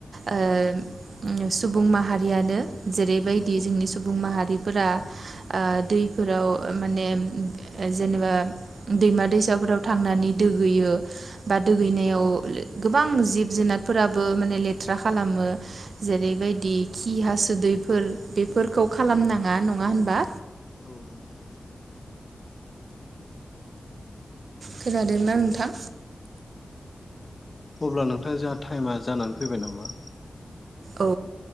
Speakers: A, on the right; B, on the left.
A: ओ सुबुं माहारियानो जेरैबायदि
B: औ
A: जोंनि सुबुं माहारि फोरा आ दैफोराव माने जेनेबा दैमा दैसाफोराव थांनानै दोगैयो बा दुगैनायाव गोबां जिब जुनारफोराबो माने लेथ्रा खालामो जेरैबायदि खि हासुदैफोर बेफोरखौ खालामनाङा नङा होन बा?
B: औ नंगौ।
A: खोनादोंना नोंथां?
B: अब्ला नोंथां जोंहा टाइमा जानानै फैबाय नामा?
A: औ